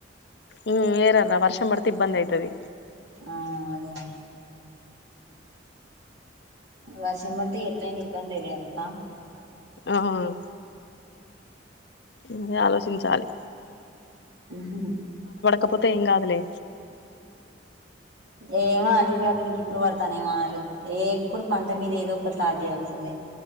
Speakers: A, on the left; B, on the right.
A: ఉమ్ ఏరరురా వర్షం పడితే ఇబ్బంది అయితది.
B: ఆహ్ అదే అదే. వర్షం పడ్తే ఎట్లయినా ఇబ్బందిలే అక్కా.
A: ఆహ్. ఇంగ ఆలోచించాలి.
B: ఉమ్మ్.
A: కాకపోతే ఏం కాదులే.
B: ఏమో అది కాకుండా ఇప్పుడు పడ్తానేమో వానలు ఏ ఎప్పుడు పంట మీద ఏదో ఒకటి లాగ్ చేయాల్సిందే.